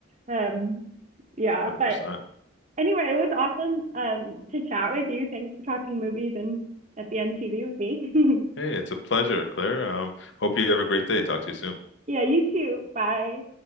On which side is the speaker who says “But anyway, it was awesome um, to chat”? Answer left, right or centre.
Right